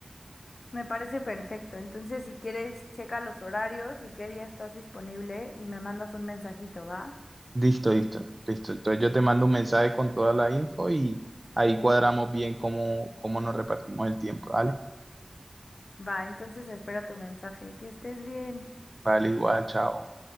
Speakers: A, on the left (about 85°); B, on the right (about 30°).
A: Me parece perfecto. Entonces, si quieres, checa los horarios y qué día estás disponible y me mandas un mensajito, ¿va?
B: Listo, listo, listo. Entonces yo te mando un mensaje con toda la info y ahí cuadramos bien cómo, cómo nos repartimos el tiempo, ¿vale?
A: Va, entonces espero tu mensaje. Que estés bien.
B: Vale, igual, chao.